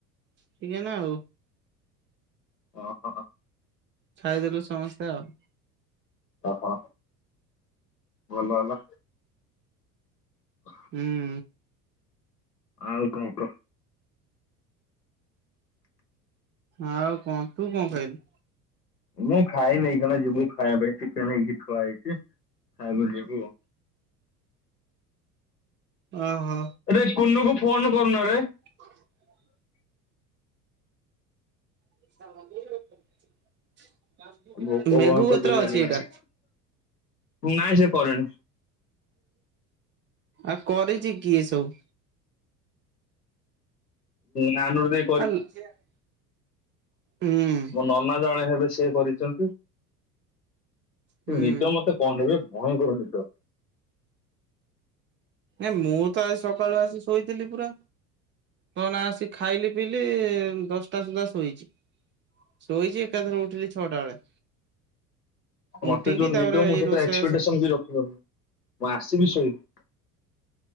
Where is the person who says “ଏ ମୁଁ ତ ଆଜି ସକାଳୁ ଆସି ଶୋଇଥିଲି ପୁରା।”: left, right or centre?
Right